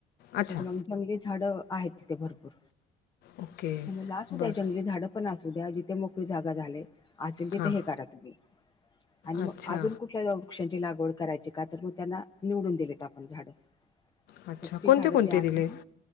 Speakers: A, on the left (about 70°); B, on the left (about 20°).
A: अच्छा
B: तर मग जंगली झाडं आहेत तिथे भरपूर,
A: ओके
B: म म्हणल असुद्या
A: बरं
B: जंगली झाडं पण असू द्या जिथे मोकळी जागा झाले, असेल तिथे
A: हां
B: हे करा तुम्ही आणि मग
A: अच्छा
B: अजून कुठल्या लो वृक्षांची लागवड करायची का, तर मग त्यांना निवडून दिलेत आपण झाडं.
A: अच्छा
B: तर ती
A: कोणते
B: झाडं
A: कोणते
B: ती आणून
A: दिले
B: मग